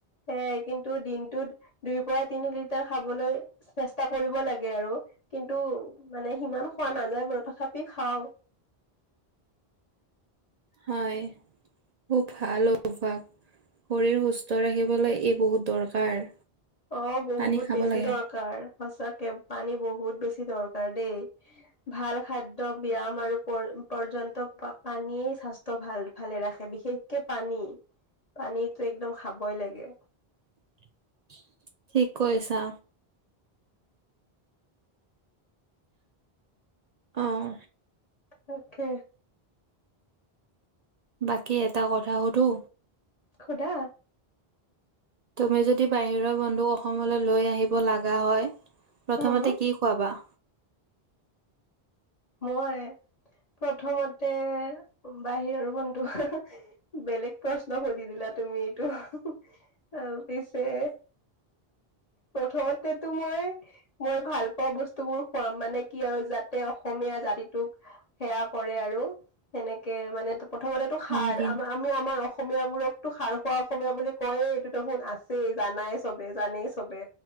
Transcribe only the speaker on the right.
হয় খুব ভাল অভ্যাস শৰীৰ সুস্থ ৰাখিবলৈ ই বহুত দৰকাৰ
পানী খাব
লাগে
<inaudible> কৈছা অহ
বাকী এটা কথা সুধো?
তুমি যদি বাহিৰৰ বন্ধুক অসমলৈ লৈ আহিব লগা হয় প্ৰথমতে
কি খুৱাবা?
হয় দিয়া